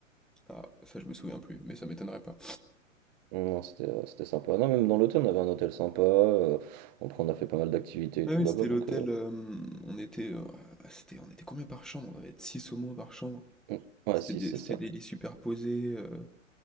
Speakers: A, in the centre; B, on the right (about 30°).
A: Ah, ça, je me souviens plus, mais ça m'étonnerait pas.
B: Non, c'était ouais, c'était sympa. Non, même dans l'hôtel, on avait un hôtel sympa. euh, après, on a fait pas mal d'activités et
A: Ah
B: tout
A: oui,
B: là-bas.
A: c'était
B: Donc,
A: l'hôtel.
B: euh,
A: euh, on était, euh, c'était, on était combien par chambre? On devait être 6 au moins par chambre.
B: mm. ouais,
A: C'était
B: si,
A: des,
B: c'est
A: c'était
B: ça.
A: des lits superposés. euh,